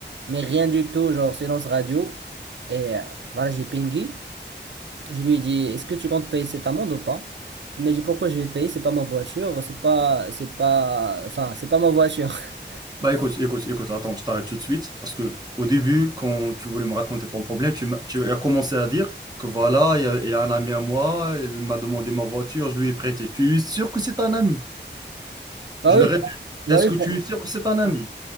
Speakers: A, on the right (about 75°); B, on the right (about 20°).
A: Mais rien du tout, genre silence radio. Et euh, voilà, j'ai pingué. Je lui ai dit, est-ce que tu comptes payer cette amende ou pas? Il m'a dit, pourquoi je vais payer? C'est pas ma voiture, c'est pas, c'est pas, enfin, c'est pas ma voiture. <laughs>
B: Bah écoute, écoute, écoute, attends, je t'arrête tout de suite parce que au début, quand tu voulais me raconter ton problème, tu, m'as- tu as commencé à dire que voilà, il y, a il y a un ami à moi, il m'a demandé ma voiture, je lui ai prêté. Tu es sûr que c'est un ami?
A: Bah
B: Je
A: oui,
B: le répète,
A: bah
B: est-ce
A: oui,
B: que
A: bah
B: tu es sûr que c'est un ami?